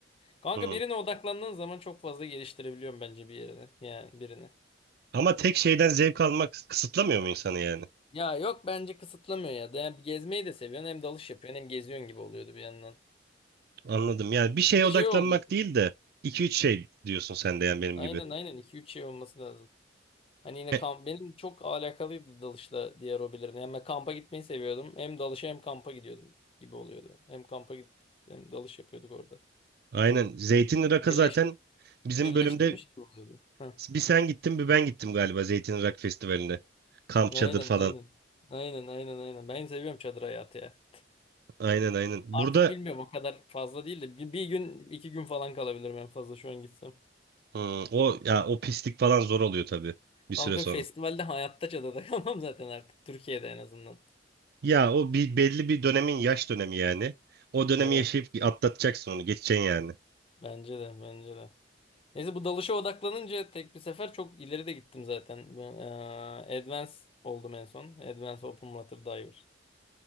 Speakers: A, on the left; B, on the right.
A: Kanka
B: Hı.
A: birine odaklandığın zaman çok fazla geliştirebiliyorum bence bir yerini. Yani birini.
B: Ama tek şeyden zevk almak kısıtlamıyor mu insanı yani?
A: Ya yok bence kısıtlamıyor ya. De, hem gezmeyi de seviyorsun hem dalış yapıyorsun hem geziyorsun gibi oluyordu bir yandan.
B: Anladım. Yani bir şeye
A: Bir de
B: odaklanmak
A: şey oldu.
B: değil de iki üç şey diyorsun sen de yani benim
A: Aynen
B: gibi.
A: aynen iki üç şey olması lazım. Hani yine
B: He,
A: kamp benim çok alakalıydı dalışla diğer hobilerim. Yani ben kampa gitmeyi seviyordum. Hem dalışa hem kampa gidiyordum gibi oluyordu. Hem kampa git hem dalış yapıyorduk orada.
B: Aynen. Zeytin Irak'a zaten
A: Birleş,
B: bizim
A: birleştirmiş
B: bölümde
A: gibi oluyordu. Heh.
B: bir sen gittin bir ben gittim galiba Zeytin Irak Festivali'ne. Kamp
A: Aynen
B: çadır falan.
A: aynen. Aynen aynen aynen. Ben seviyorum çadır hayatı ya.
B: Aynen aynen.
A: Artık
B: Burada
A: bilmiyorum o kadar fazla değil de bir, bir gün iki gün falan kalabilirim en fazla şu an gitsem.
B: Hmm, o ya o pislik falan zor oluyor tabii bir süre
A: Bangkok
B: sonra.
A: Festival'de hayatta çadada <laughs> kalmam zaten artık Türkiye'de en azından.
B: Ya o bir belli bir dönemin yaş dönemi yani. O dönemi
A: Evet
B: yaşayıp atlatacaksın onu, geçeceksin yani.
A: bence de bence de. Neyse bu dalışa odaklanınca tek bir sefer çok ileri de gittim zaten. Ben, eee, Advance oldum en son. Advance Open Water Diver